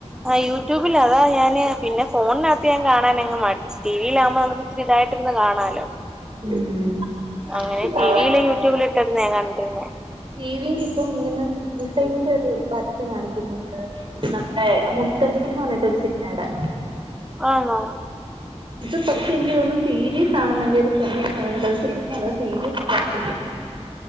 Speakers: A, in the centre; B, on the right (about 45°).
A: ആഹ് യൂട്യൂബില അതാ ഞാന് പിന്നെ ഫോണിനകത്ത് ഞാൻ കാണാനഅങ്ങ് മടി ടിവിലാ ആകുമ്പോ നമുക്ക് ഇച്ചിരിതായിട്ടിരുന്ന് കാണാലോ
B: ഉം
A: അങ്ങനെ
B: ഇപ്പൊ
A: ടിവിയില യൂട്യൂബില ഇട്ടായിരുന്നു ഞാൻ കണ്ടിരുന്നെ
B: ടി വിയിൽ ഇപ്പം ഇങ്ങനെ മിസൈലിന്റെ ഒരു പരസ്യം കാണിക്കുന്നുണ്ട് നമ്മുടെ മുത്തശ്ശിന്ന് പറഞ്ഞിട്ട് ഒരു സിനിമയുടെ
A: ആണോ
B: ഇത് പക്ഷെ എനിക്ക് തോന്ന്നു സീരീസ് ആണെന്ന എന്റെ ഒരു ഫ്രണ്ട് പറഞ്ഞി അത സിനിമയല്ല അത് സീരീസ് ആയിട്ട് നടക്കുന്നെ